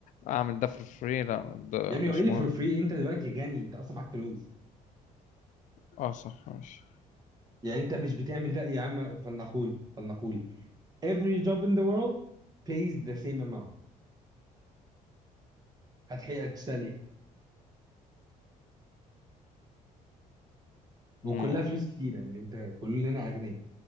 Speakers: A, on the left; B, on the right.
A: اعمل ده في فري لا ده
B: يا ابني
A: مش
B: هو ايه اللي
A: مهم
B: فور فري انت دلوقتي غني انت اصلا معاك فلوس
A: اه صح ماشي
B: يعني انت مش بتعمل ده يا عم فلنقول فلنقول every job in the world pays the same amount هتحقق تشتغل ايه وكلها
A: مم.
B: فلوس كتيره يعني انت كلنا اغنياء